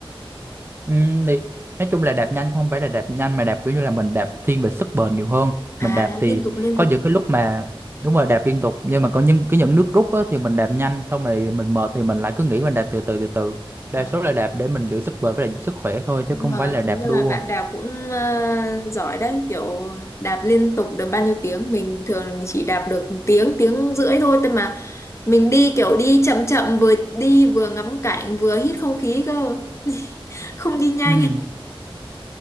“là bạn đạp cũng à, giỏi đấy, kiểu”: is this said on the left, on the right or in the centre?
Left